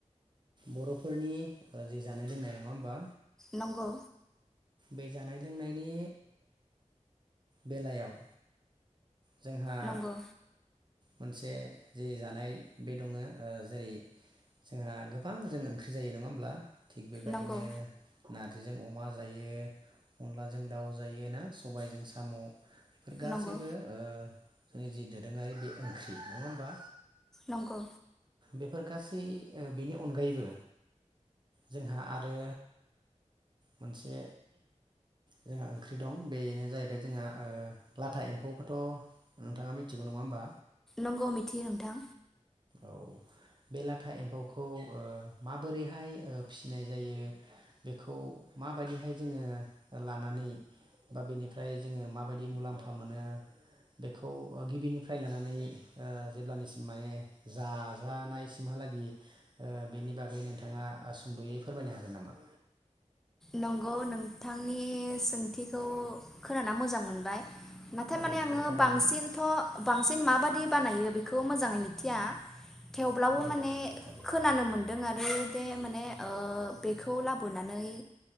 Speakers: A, on the right; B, in the centre.
A: बर'फोरनि जि जानाय लोंनाय नङा होमबा
B: नंगौ
A: बे जानाय लोंनायनि बेलायाव जोंहा
B: नंगौ
A: मोनसे जि जानाय बे दङ जेरै जोंहा गोबां जों ओंख्रि जायो नङा होमब्ला थिग बेबायदिनो
B: नंगौ
A: नार्जि नारजिजों अमा जायो अनलाजों दाउ जायो ना सबायजों साम' बेफोर गासैबो
B: नंगौ
A: जोंनि जि दोरोङारि बे ओंख्रि नङा होमबा
B: नंगौ
A: बेफोर गासै बेनि अनगायैबो जोंहा आरो मोनसे जोंहा ओंख्रि दं बेनो जाहैबाय जोंहा लाथा एम्फौ थ' नोंथाङा मिथिगौ नङा होमबा
B: नंगौ मिथियो नोंथां
A: औ बे लाथा एम्फौखौ ओ माबोरैहाय फिसिनाय जायो बेखौ माबायदिहाय जोङो लानानै बा बेनिफ्राय जोङो माबायदि मुलाम्फा मोनो बेखौ गिबिनिफ्राय लानानै ओ जेब्लानिसिम माने जाजानायसिमहालागि ओ बेनि बागै नोंथाङा सुंद'यै फोरमायनो हागोन नामा?
B: नंगौ नोंथांनि सोंथिखौ खोनाना मोजां मोनबाय नाथाय
A: औ
B: माने
A: नंगौ
B: आङो
A: थारैनो
B: बांसिनथ' बांसिन मा माबादि बानायो बेखौ मोजाङै मिथिया। थेवब्लाबो
A: औ
B: माने
A: नंगौ थारैनो
B: खोनानो मोनदों आरो दे माने ओ बेखौ लाबोनानै